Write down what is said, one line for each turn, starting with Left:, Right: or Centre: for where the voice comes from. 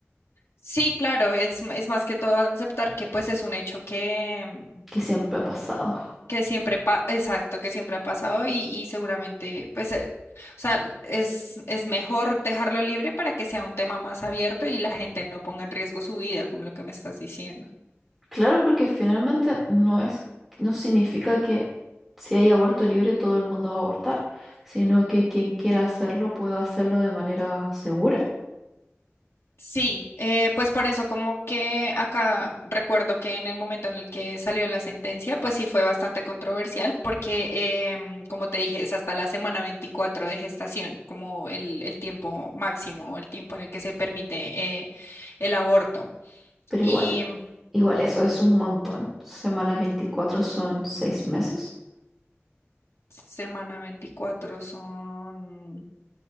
Left: Sí, claro, es, m- es más que todo aceptar que pues es un hecho que, mm,
Centre: que siempre ha pasado.
Left: que siempre, pa- exacto, que siempre ha pasado y, y seguramente pues, eh, o sea, es, es mejor dejarlo libre para que sea un tema más abierto y la gente no ponga en riesgo su vida, como lo que me estás diciendo.
Centre: Claro, porque finalmente no es, no significa que si hay aborto libre todo el mundo va a abortar, sino que quien quiera hacerlo pueda hacerlo de manera segura.
Left: Sí, eh, pues por eso como que acá recuerdo que en el momento en el que salió la sentencia, pues sí fue bastante controversial porque, em, como te dije, es hasta la semana 24 de gestación, como el, el tiempo máximo o el tiempo en el que se permite eh, el aborto.
Centre: Pero
Left: Y
Centre: igual,
Left: mm,
Centre: igual eso es un montón. Semana 24 son seis meses.
Left: semana 24 son,